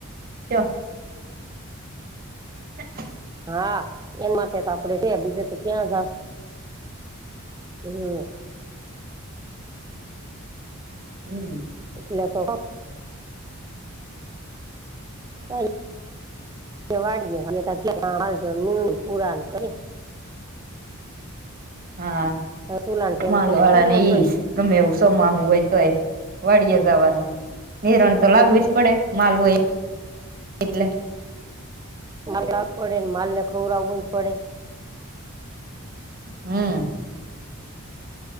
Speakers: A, on the right; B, on the right.
A: તયો હ
B: હા એના માટે તો આપડે છે, બીજે તો ક્યાં જાશે <unintelligible>
A: હમ.
B: એટલે તો <unintelligible>
A: હા
B: સુલાન ટેમ
A: માલ
B: છે
A: વાળા
B: ચૂલે
A: ને
B: સળીએ
A: ઈશ ગમે એવું સોમાંહું હોય તોય વાળિયે જાવાનું હિરણ તો લાવવી પડે માલ હોય એટલે
B: <unintelligible> પડે ને માલ ને ખવરાવુય પડે
A: હમ.